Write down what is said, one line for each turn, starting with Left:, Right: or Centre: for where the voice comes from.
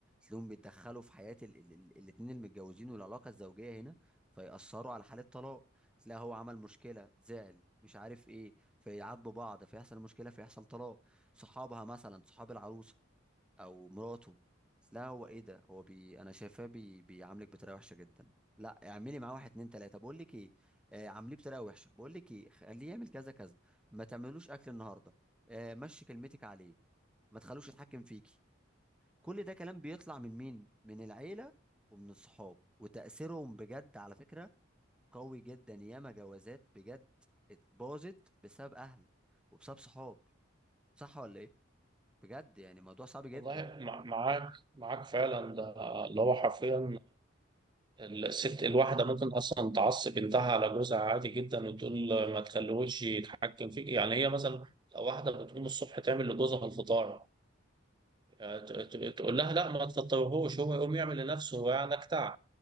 Centre: تلاقيهم بيتدخلوا في حياه ال... ال... ال- الاتنين المتجوزين والعلاقه الزوجيه هنا فيأثروا على حاله طلاق تلاقي هو عمل مشكله زعل مش عارف ايه فيعاتبوا بعض فيحصل مشكله فيحصل طلاق صحابها مثلا صحاب العروسه او مراته لا هو ايه ده هو بي انا شايفاه بي... بيعاملك بطريقه وحشه جدا لا اعملي معاه واحد اتنين تلاته بقول لك ايه آه عامليه بطريقه وحشه بقول لك ايه خليه يعمل كذا كذا ما تعملوش اكل النهارده آه مشي كلمتك عليه ما تخلوش يتحكم فيكي كل ده كلام بيطلع من مين من العيله ومن الصحاب وتاثيرهم بجد على فكره قوي جدا ياما جوازات بجد اتباظت بسبب اهل وبسبب صحاب صح ولا ايه بجد يعني موضوع صعب جدا
Right: والله مع- معاك معاك فعلا ده اللي هو حرفيا الست الواحدة ممكن أصلا تعصب بنتها على جوزها عادي جدا وتقول ما تخليهوش يتحكم فيك يعني هي مثلا واحدة بتقوم الصبح تعمل لجوزها الفطار يعني ت- ت- تقول لها لا ما تفطرهوش هو يقوم يعمل لنفسه هو يعني جدع